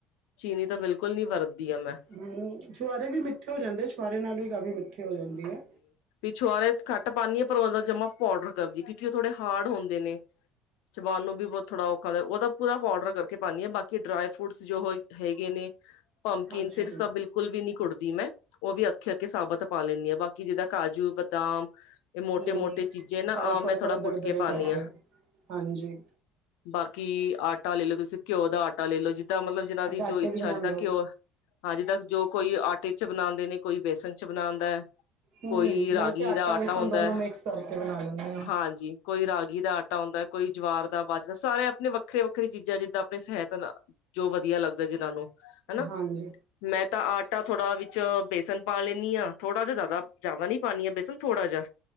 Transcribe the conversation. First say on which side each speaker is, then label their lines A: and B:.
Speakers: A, on the left; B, on the right.
A: ਚੀਨੀ ਤਾਂ ਬੇਲਕੁਲ ਨੀ ਵਰਤਦੀ ਆ ਮੈਂ।
B: ਹੂੰ ਛੁਆਰੇ ਵੀ ਮਿੱਠੇ ਹੋ ਜਾਂਦੇ ਛੁਆਰੇ ਨਾਲ ਵੀ ਕਾਫੀ ਮਿੱਠੇ ਹੋ ਜਾਂਦੀ ਐ
A: ਭੀ ਛਆਰੇ ਘੱਟ ਪਾਨੀਂ ਆ ਪਰ ਓਦਾ ਜਮਾ ਪੋਡਰ ਕਰਦੀਏ ਕਿਉਂਕੀ ਓ ਥੋੜੇ ਹਾਡ ਹੁੰਦੇ ਨੇ ਚਬਾਨ ਨੂੰ ਵੀ ਬਹੁ ਥੋੜਾ ਔਖਾ ਦਾ ਓਦਾ ਪੂਰਾ ਪੋਡਰ ਕਰਕੇ ਪਾਨੀ ਆ ਬਾਕੀ ਡਰਾਈ ਫਰੂਟਸ ਜੋ ਹੋ ਹੈੇਗੇ ਨੇ ਪੰਕੀਨਸੀਕਸ
B: ਅੱਛਾ ਜੀ
A: ਤਾਂ ਬਿਲਕੁਲ ਵੀ ਨੀ ਕੁੱਟਦੀ ਮੈਂ ਓ ਵੀ ਅੱਖੇ ਅੱਖੇ ਸਾਬਤ ਪਾ ਲੈਂਨੀ ਆ ਬਾਕੀ ਜੇਦਾਂ ਕਾਜੂ ਬਦਾਮ ਏ ਮੋਟੇ-ਮੋਟੇ
B: ਹਮ
A: ਚੀਜ਼ੇ ਨਾ
B: ਸਾਰੇ
A: ਆ
B: ਥੋੜੇ
A: ਮੈਂ
B: ਥੋੜੇ
A: ਥੋੜ੍ਹਾ
B: ਦਰਦਰੇ
A: ਕੁੱਟ ਕੇ ਪਾਨੀ
B: ਕਰਕੇ
A: ਆ
B: ਹਾਂਜੀ
A: ਬਾਕੀ ਆਟਾ ਲੈ ਲੋ ਤੁਸੀਂ ਕੀਓ ਦਾ ਆਟਾ ਲੈ ਲੋ ਜੀਦਾਂ ਮਤਲਬ ਜਿਨਾਂ ਦੀ
B: ਅੱਛਾ ਆਟੇ
A: ਜੋ ਇੱਛਾ
B: ਬਣਾਉਂਦੇ
A: ਜੀਦਾਂ
B: ਹੋ।
A: ਕੀਓ ਹਾਂਜੀੇ ਜੀਦਾਂ ਜੋ ਕੋਈ ਆਟੇ ਚ ਬਣਾਦੇ ਨੇ ਕੋਈ ਬੇਸਨ ਚ ਬਣਾਦਾ ਐ
B: ਹੂੰ
A: ਕੋਈ ਰਾਗੀ
B: ਮੈਂ ਤੇ
A: ਦਾ ਆਟਾ
B: ਬੇਸਨ
A: ਹੁੰਦਾ
B: ਦੋਨੋ
A: ਐ,
B: ਮਿਕਸ ਕਰਕੇ ਬਣਾ ਲੈਂਦੇ ਆ।
A: ਹਾਂਜੀ ਕੋਈ ਰਾਗੀ ਦਾ ਆਟਾ ਆਦਾ ਕੋਈ ਜਵਾਰ ਦਾ ਬਾਜਦਾ ਸਾਰੇ ਪਣੇ ਵੱਖਰੇ-ਵੱਖਰੇ ਚੀਜ਼ਾਂ ਜੀਦਾਂ ਵੈਸੇ ਹੈ ਤੇ ਨਾ ਜੋ ਵਧੀਆ ਲੱਗਦਾ ਜੀ ਨਾਂ ਨੂੰ ਹਨਾ
B: ਹਾਂਜੀ
A: ਮੈਂ ਤਾਂ ਆਟਾ ਥੋੜਾ ਵੇਚ ਬੇਸਨ ਪਾ ਲੈਂਨੀ ਆ ਥੋੜਾ ਜੇਆ ਜਾਦਾ ਜਾਦਾ ਨੀ ਪਾਨੀ ਆ ਬੇਸਨ ਥੋੜਾ ਜੇਆ